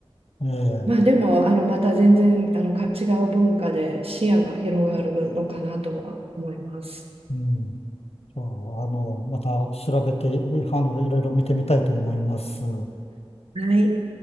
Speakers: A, on the left; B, on the right.
A: ええ、
B: まあでも、あの、また全然、あの、か違う文化で視野が広がるのかなとは思います。
A: うん。じゃあ、あの、また調べて、えあの、いろいろ見てみたいと思います。
B: はい。